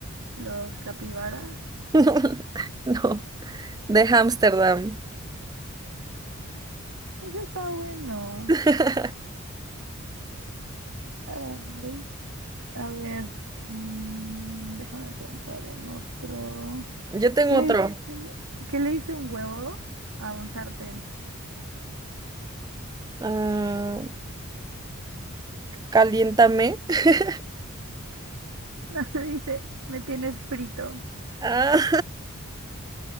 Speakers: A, on the right; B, on the right.
A: los capibaras.
B: <laughs> No, de Ámsterdam.
A: Eso está bueno.
B: <laughs>
A: Ay, a ver, mm, déjame pensar en otro.
B: Yo tengo
A: ¿Qué le
B: otro.
A: dice, qué le dice un huevo a un sartén? <laughs>
B: Ah, caliéntame. <laughs>
A: No, le dice, me tienes frito.
B: Ah,